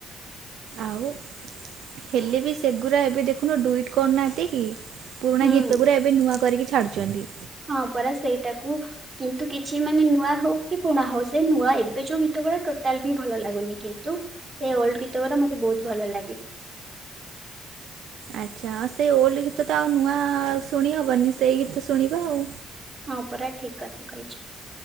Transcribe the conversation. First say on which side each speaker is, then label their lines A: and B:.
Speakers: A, on the right; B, on the right.
A: ଆଉ ହେଲେ ବି ସେଗୁଡ଼ା ଏବେ ଦେଖୁନୁ ଡୁଇଟ୍ କରୁନାହାନ୍ତି କି? ପୁରୁଣା
B: ହୁଁ
A: ଗୀତ ଗୁରା ଏବେ ନୂଆ କରିକି ଛାଡୁଛନ୍ତି।
B: ହଁ ପରା ସେଇଟାକୁ କିନ୍ତୁ କିଛି ମାନେ ନୂଆ ହଉ କି ପୁଣା ହଉ ସେ ନୂଆ ଏବେ ଯୋଉ ଗୀତ ଗୁଡା ଟୋଟାଲ ବି ଭଲ ଲାଗୁନି କିନ୍ତୁ ସେ ଓଲଡ ଗୀତ ଗୁରା ମତେ ବହୁତ ଭଲ ଲାଗେ।
A: ଆଚ୍ଛା ହଁ ସେଇ ଓଲ୍ଡ ଗୀତ ତ ଆଉ ନୂଆ ଶୁଣି ହବନି ସେଇ ଗୀତ ଶୁଣିବା ଆଉ।
B: ହଁ ପରା ଠିକ କଥା କହିଛ।